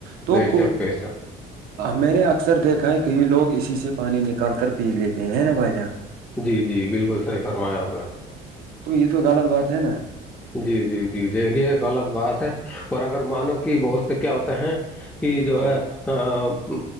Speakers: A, on the right (about 60°); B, in the centre.
A: تو
B: بے
A: کوئی
B: شک بے شک
A: میں نے اکثر دیکھا ہے کئی لوگ اسی سے پانی نکال کر پی لیتے ہیں ہے نا بھائی جان
B: جی جی بالکل صحیح فرمایا آپ نے
A: تو یہ تو غلط بات ہے نا
B: جی جی جی دیکھیے غلط بات ہے اور اگر مانو کہ بہت سے کیا ہوتے ہیں کہ جو
A: جی
B: ہے ا